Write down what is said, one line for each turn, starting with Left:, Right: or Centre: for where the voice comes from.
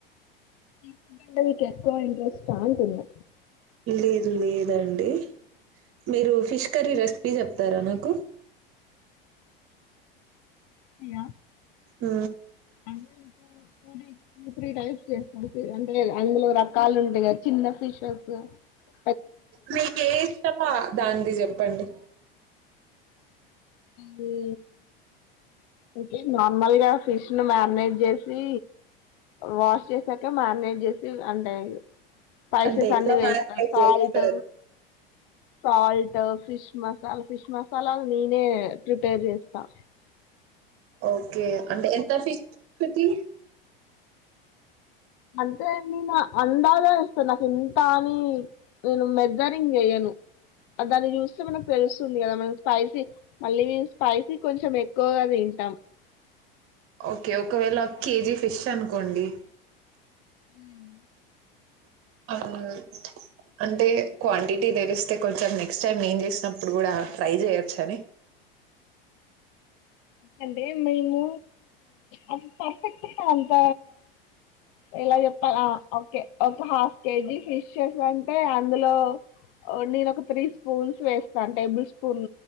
Left: సీ ఫుడ్ అంటే మీకు ఎక్కువ ఇంట్రెస్ట్ అ అంటుంది
Right: లేదు లేదండి మీరు ఫిష్ కర్రీ రెసిపీ చెప్తారా నాకు
Left: యా
Right: ఆ
Left: అంటే టూ డ టూ త్రీ టైమ్స్ చేస్త అంటే అందులో రకాలు ఉంటాయి కదా చిన్న ఫిషర్ త
Right: మీకే ఇష్టమా దానిది చెప్పండి
Left: నింగే అంటే నార్మల్గా ఫిష్ ను మ్యారినేట్ చేసి వాష్ చేసాక మారినేట్ చేసి అంటె స్పైపైసెస్
Right: అంటే ఎట్లా
Left: అన్ని వేస్త
Right: మ్యారినేట్
Left: సాల్ట్
Right: చేస్తారు?
Left: Salt fish masala fish masala నేనే ప్రిపేర్ చేస్ త
Right: ఓకే అంటే ఎంత ఫీష్ కి
Left: అంతే నేను అందా కేస్తా నాకు ఎంత అని నేను మెజరింగ్ చెయ్యను దాన్ని చూస్తే మనకు తెలుస్తుంది కదా మనం స్పైసీ మళ్ళీ స్పైసీ కొంచెం ఎక్కువగా తింటాం
Right: ఓకే ఒకవేళ ఒక కేజీ ఫిష్ అనుకోండి
Left: ఏం
Right: అవును అంటే క్వాంటిటీ తెలీస్తే కొంచెం నెక్స్ట్ టైమ్ నేను చేసినప్పుడు కూడా ట్రై చేయొచ్చని
Left: ఎందుకంటే మేము అది పర్ఫెక్ట్గా అంత ఏలా చెప్పాల ఆ ఒకే ఒక హాఫ్ కేజీ ఫిషసంటే అందులో ఒ నేను ఒక త్రీ స్పూన్స్ వేస్తాను tablespoon